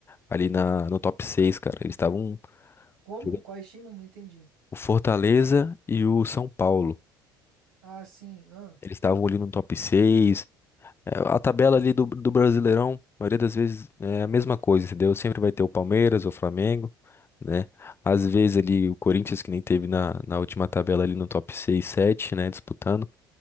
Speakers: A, on the left; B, on the right.
A: ali na, no top 6, cara. Eles estavam
B: Como?
A: jogando
B: Quais times? Não entendi.
A: o Fortaleza e o São Paulo.
B: Ah, sim. Ah.
A: Eles estavam ali no top seis É, A tabela ali do, do Brasileirão, a maioria das vezes é a mesma coisa, entendeu? Sempre vai ter o Palmeiras, o Flamengo, né? Às vezes ali o Corinthians, que nem teve na, na última tabela ali no top 6 7 né? Disputando.